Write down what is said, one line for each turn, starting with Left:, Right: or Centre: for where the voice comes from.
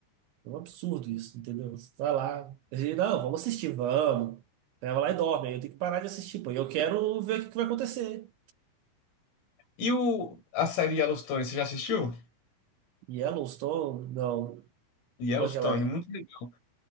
Right: é um absurdo isso, entendeu? Você vai lá, a gente, não, vamos assistir, vamos. Aí Ela vai lá e dorme, aí eu tenho que parar de assistir, pô, e eu quero ver o que que vai acontecer.
Left: E o, a série Yellowstone, você já assistiu?
Right: Yellowstone? Não.
Left: Yellowstone,
Right: Como é que ela é?
Left: muito legal.